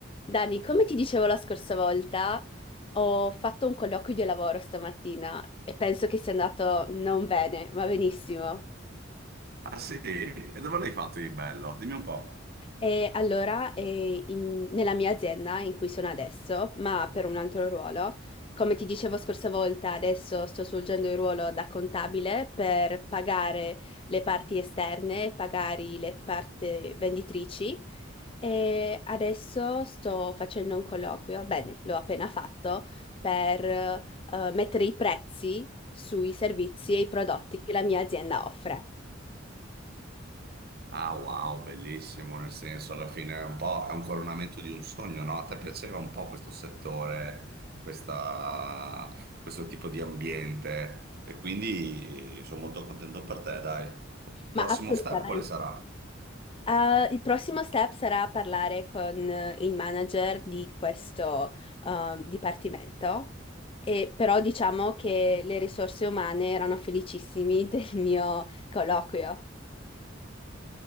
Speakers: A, on the left; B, on the right.
A: Dani, come ti dicevo la scorsa volta, ho fatto un colloquio di lavoro stamattina e penso che sia andato non bene, ma benissimo.
B: Ah sì? E dove l'hai fatto di bello? Dimmi un po'.
A: E allora, eh, in- nella mia azienda in cui sono adesso, ma per un altro ruolo, come ti dicevo scorsa volta, adesso sto svolgendo il ruolo da contabile per pagare le parti esterne, pagare le parti venditrici. E adesso sto facendo un colloquio, bene, l'ho appena fatto, per eh, mettere i prezzi sui servizi e i prodotti che la mia azienda offre.
B: Ah wow, bellissimo, nel senso alla fine è un po' è un coronamento di un sogno, no? A te piaceva un po' questo settore, questa- questo tipo di ambiente e quindi sono molto contento per te, dai.
A: Ma
B: Prossimo
A: assolutamente.
B: step quale sarà?
A: Eh, il prossimo step sarà parlare con eh, il manager di questo eh, dipartimento, e però diciamo che le risorse umane erano felicissimi <laughs> del mio colloquio.